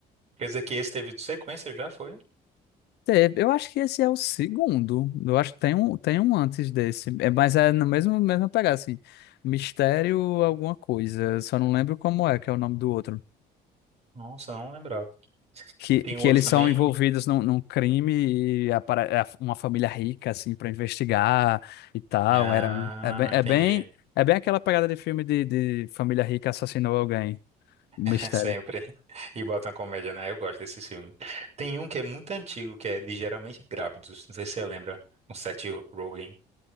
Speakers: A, on the right; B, on the left.
A: Quer dizer que esse teve sequência, já foi?
B: Te- Eu acho que esse é o segundo. Eu acho que tem um, tem um antes desse. É, mas é no mesmo, mesmo pegar, assim. Mistério alguma coisa. Só não lembro como é, que é o nome do outro.
A: Nossa, não lembrava.
B: Que,
A: Tem
B: que
A: o outro
B: eles
A: também.
B: são envolvidos num, num crime e apare- é uma família rica, assim, para investigar e tal.
A: Ah,
B: Era, é bem, é
A: entendi.
B: bem, é bem aquela pegada de filme de, de família rica assassinou alguém. Mistério.
A: <laughs> Sempre. E botam comédia, né? Eu gosto desses filmes. Tem um que é muito antigo, que é Ligeiramente Grávidos. Não sei se você lembra. Com Seth Rogen.